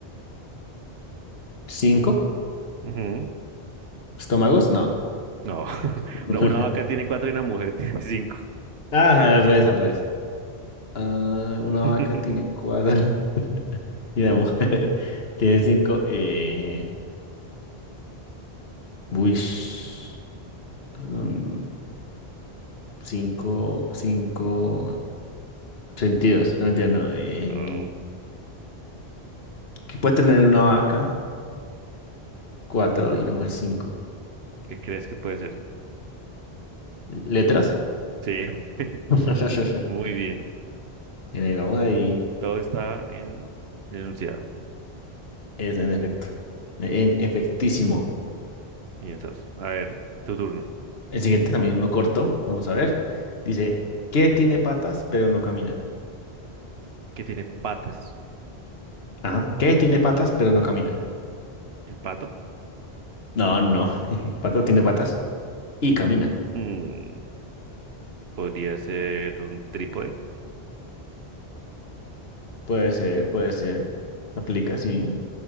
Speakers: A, on the left; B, on the right.
A: ¿Cinco?
B: Ujú.
A: ¿Estómagos? No.
B: No. <laughs>
A: <laughs>
B: no, una vaca tiene cuatro y una mujer tiene cinco.
A: Ah, al revés, al revés. Ah, una
B: <laughs>
A: vaca tiene cuatro <laughs> y una mujer <laughs> tiene cinco. Eh, uish, mm, cinco, cinco sentidos. No entiendo. No, em,
B: No,
A: ¿qué puede tener una vaca? Cuatro y una mujer cinco.
B: ¿qué crees que puede ser?
A: ¿Letras?
B: Sí, <laughs>
A: <laughs>
B: muy bien.
A: Y ahí vamos ahí.
B: Todo está en el enunciado.
A: Es en efecto. En efectísimo.
B: Piensas. A ver, tu turno.
A: El siguiente también uno corto. Vamos a ver. Dice, ¿qué tiene patas pero no camina?
B: ¿Qué tiene patas?
A: Ajá. ¿Qué? Tiene patas, pero no camina.
B: ¿El pato?
A: No, no. <laughs> El pato tiene patas y camina.
B: Mm, podría ser un trípode.
A: Puede ser, puede ser. Aplica, sí.